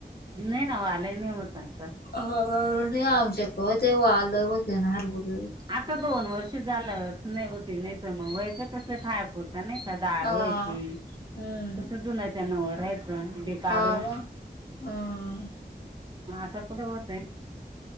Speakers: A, on the right; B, on the left.
A: नाही ना, वालही नाही होत आता.
B: हां, नाही आमच्याकडं होते, वालही होते न हरभरे ही होते.
A: आता दोन वर्ष झालं होत नाही,, होते नाही तर मग वयच कसं खाया पुुरत नाही का. डाळ
B: हा
A: व्हायची,
B: हम्म
A: कसं जुन त्या नवं राहायचं, बी काढून
B: हा का.. हं.
A: आता कुठं होतय,